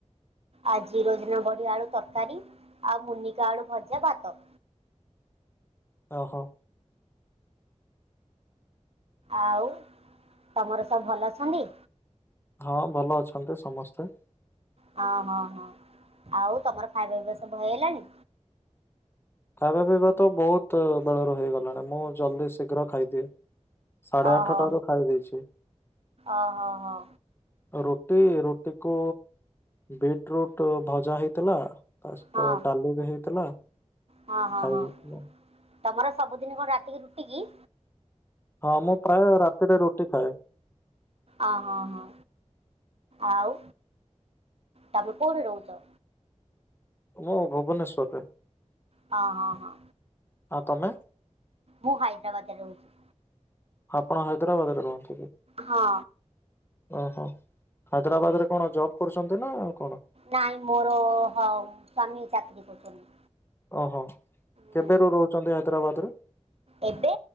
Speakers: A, on the right; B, on the left.
A: ଆଜି ରୋଜନାବଢ଼ି ଆଳୁ ତରକାରୀ ଆଉ ମୁନିକା ଆଳୁ ଭଜା ଭାତ।
B: ଓହୋ
A: ଆଉ ତମର ସବୁ ଭଲ ଅଛନ୍ତି।
B: ହଁ ଭଲ ଅଛନ୍ତି ସମସ୍ତେ।
A: ହଁ ହଁ ହଁ ଆଉ ତମର ଖାଇବା ପିଇବା ସବୁ ହେଇଗଲାଣି।
B: ଖାଇବା ପିଇବା ତ ବହୁତ ବେଳରୁ ହେଇଗଲାଣି ମୁଁ ଜଲ୍ଦି ଶୀଘ୍ର ଖାଇଦିଏ। ସାଢ଼େ
A: ଓହୋ
B: ଆଠଟାରୁ ଖାଇ ଦେଇଛି।
A: ଓହୋ ହୋ
B: ରୁଟି ରୁଟିକୁ ବିଟ ରୁଟ ଭଜା ହେଇଥିଲା ତା ସହିତ
A: ହଁ
B: ଡାଲି ବି ହେଇଥିଲା।
A: ହଁ ହଁ
B: ଖାଇ
A: ହଁ
B: ଦେଇଥିଲୁ।
A: ତମର ସବୁଦିନ କଣ ରାତିକି ରୁଟି କି?
B: ହଁ ମୁଁ ପ୍ରାୟ ରାତିରେ ରୁଟି ଖାଏ।
A: ଅ ହଁ ହଁ ଆଉ ତାମେ କୋଉଠି ରହୁଛ।
B: ମୁଁ ଭୁବନେଶ୍ୱରରେ।
A: ହଁ ହଁ ହଁ।
B: ହଁ ତମେ।
A: ମୁଁ ହାଇଦ୍ରାବାଦ ରେ ରହୁଛି।
B: ଆପଣ ହାଇଦ୍ରବାଦ କରନ୍ତିେ।
A: ହଁ।
B: ଓହୋ ହାଇଦ୍ରାବାଦରେ କଣ ଜବ୍ କରୁଛନ୍ତି ନା ଆଉ କଣ।
A: ନାଇଁ ମୋର ହ ସଵାମୀ ଚାକିରିୀ କରୁଛନ୍ତି।
B: ଓହୋ କେବେ
A: ହୁଁ
B: ର ରହୁଛନ୍ତି ହାଇଦ୍ରାବାଦରେ।
A: ଏବେ